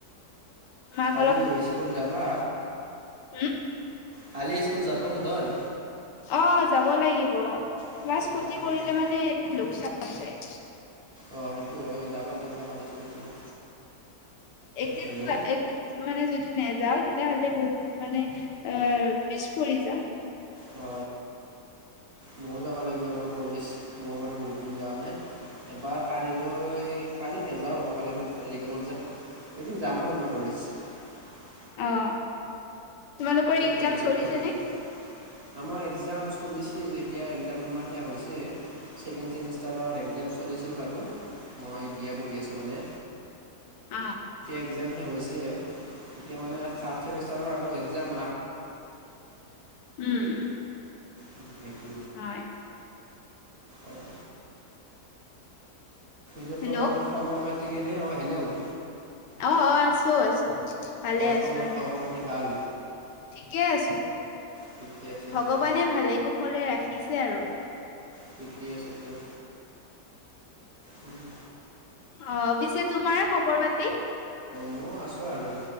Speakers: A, on the left; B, on the right.
A: মাক
B: কালি স্কুল যাবা?
A: উম।
B: কালি স্কুল যাব বোধ হয়।
A: অ যাব লাগিব
B: অঁ
A: ক্লাছ খতি
B: যাবা
A: কৰিলে
B: যাবা
A: মানে লোকচান হৈ যায়।
B: অঁ সেইটো হয় যাবা যাবা কালি স্কুল যাবা।
A: একদিন
B: হেল্ল'
A: একদিন মানে যদি নে যাওঁ তেতিয়াহ'লে বহুত মানে আহ পিছ পৰি যাম।
B: অ। ময়ো যাব লাগিব বাৰু কলেজ মই বাৰু বহুত দিন যোৱা নাই। এবাৰ কালিলৈ কালি নাযাওঁ আৰু কালি মই যাম এদিন যাম আৰু মই কলেজ উ
A: অ তোমালোকৰ এক্জাম
B: কলেজত
A: চলিছ
B: যাব লাগিব
A: নে?
B: আমাৰ একজাম চলিছিল এতিয়া একজাম শেষ হৈছে ছেকেণ্ড চেমিষ্টাৰত একজাম চলিছিল বাৰু মই বি এ পঢ়ি আছোঁ মানে।
A: অ।
B: একজাম হৈছে এতিয়া মানে থ্ৰাট চেমিষ্টাৰৰ আৰু একজাম
A: উম উম।
B: উ সেইটো।
A: হয়।
B: অঁ যে
A: হেল্ল'
B: তোমাৰ
A: অ
B: খবৰ পাতি কেনে অ হেল্ল'?
A: অ আছো, আছো, ভালে
B: অঁ
A: আছো
B: তোমাৰ
A: এনেই
B: খবৰ পাতি ভাল
A: ঠিকে আছো।
B: ঠিকে আছে
A: ভগৱানে
B: দিয়াতো
A: ভালে কুশলে ৰাখিছে আৰু।
B: ঠিকেই আছে দিয়া উম'।
A: অ' পিছে তোমাৰ খবৰ পাতি।
B: ময় আছো আৰু